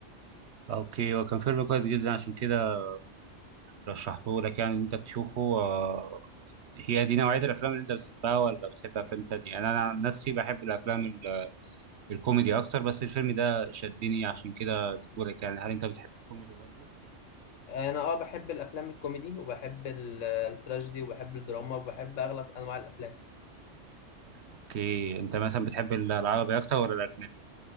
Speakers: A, on the right; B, on the left.
A: اوكي هو كان فيلم كويس جدا عشان كده رشحته لك يعني إن انت تشوفه آه هي دي نوعية الافلام اللي انت بتحبها ولا بتحب افلام تانية انا أنا عن نفسي بحب الافلام ال- الكوميدي اكتر بس الفيلم ده شدني عشان كده اديته لك يعني هل انت بتحب الكوميدي برضه
B: انا اه بحب الافلام الكوميدي وبحب ال- التراجيدي وبحب الدراما وبحب اغلب انواع الافلام
A: اوكي انت مثلا بتحب العربي اكتر ولا الاجنبي